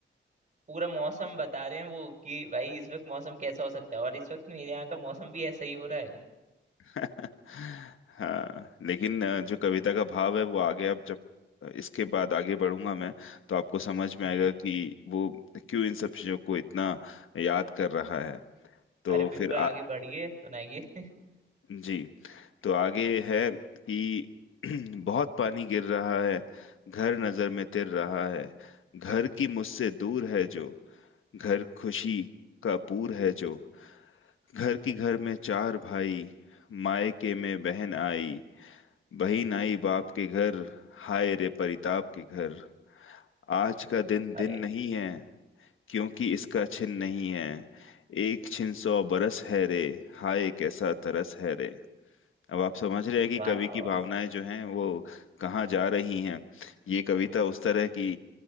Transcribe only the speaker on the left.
<laughs> हाँ लेकिन अ, जो कविता का भाव है वो आगे आप जब इसके बाद आगे बढ़ूंगा मैं तो आपको समझ में
आएगा कि वो क्यों इन सब चीजों को इतना याद कर रहा है तो
फिर
आ,
जी तो आगे है कि <clears throat> बहुत पानी गिर रहा है घर नजर में तिर रहा है घर की मुझसे दूर है जो घर खुशी का पूर है जो घर की घर में चार भाई मायके में बहन आई बही नाई बाप के घर हाय रे परिताप के घर आज का दिन दिन
नहीं है क्योंकि इसका छिन नहीं है एक छिन सौ बरस है रे हाय कैसा तरस है रे अब आप समझ रहे हैं कि
कवि
की
भावनाएं जो हैं वो कहाँ जा रही हैं ये कविता उस तरह की